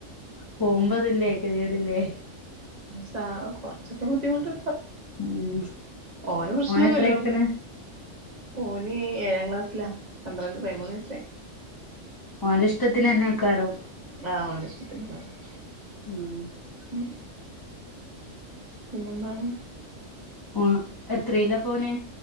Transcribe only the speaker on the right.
സ കൊറച്ചൊക്കെ ബുദ്ധിമുട്ട്
ഓന് പ്രശ്നൊന്നുല്ലോ
ഓന് ഏഴാം ക്ലാസ്സില പന്ത്രണ്ട് പതിമൂന്ന് വയസ്സായി
ആ ഓന്റിഷ്ടത്തിന് നടക്കാ
ഉം പിന്നെന്താണ്